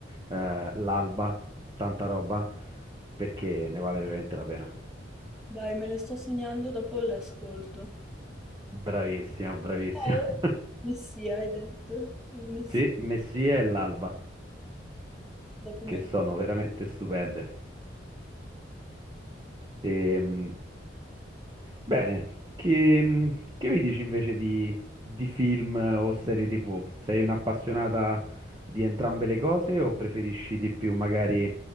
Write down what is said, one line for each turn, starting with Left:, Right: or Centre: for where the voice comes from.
Right: eh, L'Alba, tanta roba, perché ne vale veramente la pena.
Centre: Dai, me le sto segnando, dopo le ascolto.
Right: Bravissima, bravissima.
Centre: Poi, Messia, hai detto? Il Messia,
Right: Sì, Messia e l'Alba,
Centre: dopo
Right: che
Centre: me.
Right: sono
Centre: lo-
Right: veramente stupende. Ehm, bene, che, che mi dici invece di, di film o serie TV? Sei un'appassionata di entrambe le cose o preferisci di più magari